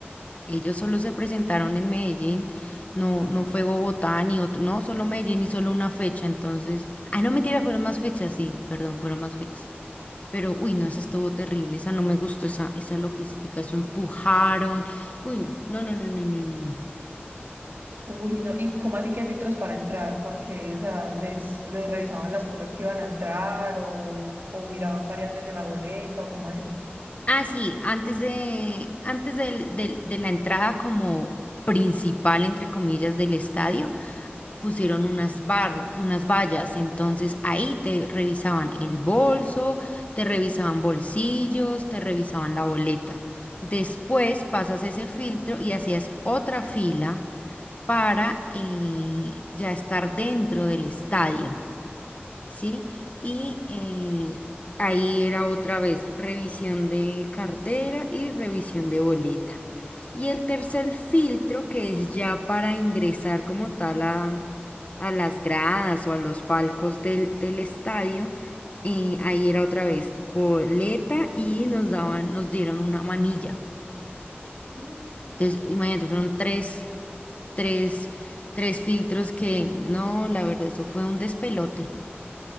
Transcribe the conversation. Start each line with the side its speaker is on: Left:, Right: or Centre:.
Left: Ellos solo se presentaron en Medellín, no, no fue Bogotá ni otro, no, solo Medellín y solo una fecha, entonces, ah, no, mentira, fueron más fechas, sí, perdón, fueron más fechas. Pero, uy, no, esa estuvo terrible, esa no me gustó, esa, esa logística, eso empujaron, uy, no, no, no, no, no, no, no. no.
Right: uy, no, y cómo así que filtros para entrar, porque, o sea, les, les revisaban las cosas que iban a entrar o, o miraban varias veces la boleta o cómo así.
Left: Ah, sí, antes de, antes del- del- de la entrada como principal, entre comillas, del estadio, pusieron unas bar, unas vallas, entonces ahí te revisaban el bolso, te revisaban bolsillos, te revisaban la boleta. Después pasas ese filtro y hacías otra fila para eh, ya estar dentro del estadio. ¿sí? Y eh, ahí era otra vez revisión de cartera y revisión de boleta. Y el tercer filtro, que es ya para ingresar como tal a, a las gradas o a los palcos del, del estadio, eh, ahí era otra vez boleta y nos daban, nos dieron una manilla.
Right: Ujú.
Left: Entonces, imagínate, fueron tres, tres, tres filtros que, no, la verdad, eso fue un despelote.